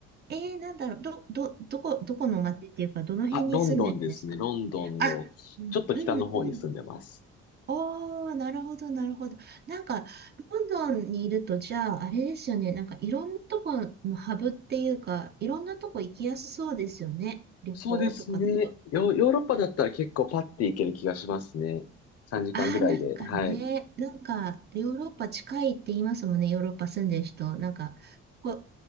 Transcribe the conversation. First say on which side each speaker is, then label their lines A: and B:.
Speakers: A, on the right (about 35°); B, on the left (about 55°).
A: えー、なんだろう、ど、ど、どこ、どこの町っていうか、どの辺に住んでるんですか
B: あ、ロンドンですね。ロンドンのちょっと北の方に住んでます。
A: あ、うん、うん、うんおー、なるほど、なるほど。なんか、ロンドンにいると、じゃあ、あれですよね。なんか、いろんなとこのハブっていうか、いろんなとこ行きやすそうですよね。旅行とかだと。
B: そうですね。ヨ、ヨーロッパだったら結構パッて行ける気がしますね。3時間ぐらいで。
A: ああ、なんかね、
B: はい。
A: なんか、ヨーロッパ近いって言いますもんね。ヨーロッパ住んでる人。なんか、ここ